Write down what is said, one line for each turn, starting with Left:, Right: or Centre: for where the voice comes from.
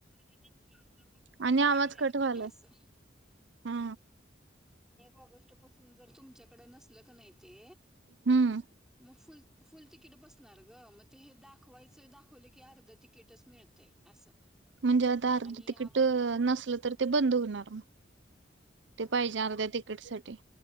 Centre: हेस ना तर मग फुकट
Right: आणि
Centre: तिकीट
Right: आवाज
Centre: घ्यायला
Right: कट
Centre: पाहिजे
Right: व्हायलाय
Centre: असं
Right: हा
Centre: एक ऑगस्ट पासून जर तुमच्याकड नसल का नाही ते
Right: हम्म
Centre: मग फुल फुल तिकीट बसणार ग मग ते हे दाखवायचं. दाखवलं की अर्ध तिकीटच मिळतय असं
Right: म्हणजे आता अर्ध
Centre: आणि
Right: तिकिट
Centre: आबा
Right: नसलं तर ते बंद होणार मग ते
Centre: हा
Right: पाहिजे अर्ध्या तिकीट साठी